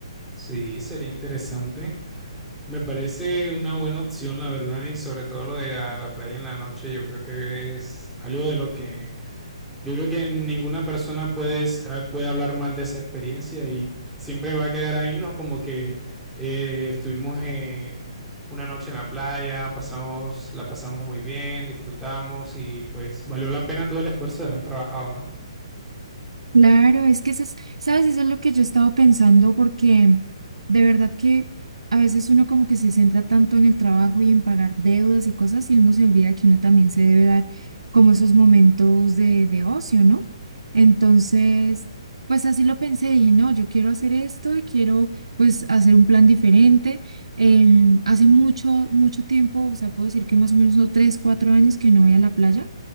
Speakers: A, in the centre; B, on the right (about 70°).
A: Sí, sería interesante. Me parece una buena opción, la verdad, Y sobre todo lo de la, la playa en la noche, yo creo que es algo de lo que Yo creo que ninguna persona puede, puede hablar mal de esa experiencia y siempre va a quedar ahí, ¿no? Como que eh, estuvimos eh, una noche en la playa, pasamos, la pasamos muy bien, disfrutamos y pues valió la pena todo el esfuerzo de haber trabajado, ¿no?
B: Claro, es que eso es, sabes, eso es lo que yo he estado pensando porque de verdad que a veces uno como que se centra tanto en el trabajo y en pagar deudas y cosas y uno se olvida que uno también se debe dar como esos momentos de, de ocio, ¿no? Entonces, pues así lo pensé, dije, no, yo quiero hacer esto y quiero pues hacer un plan diferente. Em, hace mucho, mucho tiempo, o sea, puedo decir que más o menos no, tres, cuatro años que no voy a la playa.